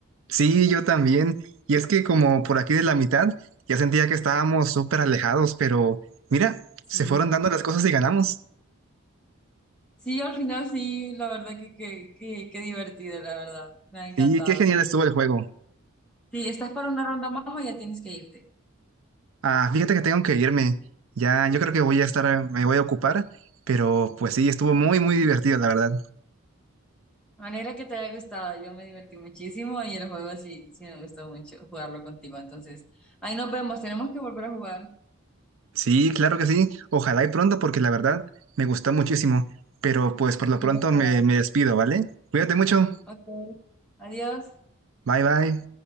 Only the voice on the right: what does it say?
Sí, yo también. Y es que como por aquí de la mitad, ya sentía que estábamos súper alejados, pero mira,
se fueron dando las cosas y ganamos.
Sí, qué genial estuvo el juego.
Ah, fíjate que tengo que irme. Ya, yo creo que voy a estar, me voy a ocupar, pero pues sí, estuvo muy, muy divertido, la verdad.
Sí, claro que sí. Ojalá y pronto, porque la verdad me gustó muchísimo. Pero pues por lo
pronto
me, me despido, ¿vale? Cuídate mucho.
Bye, bye.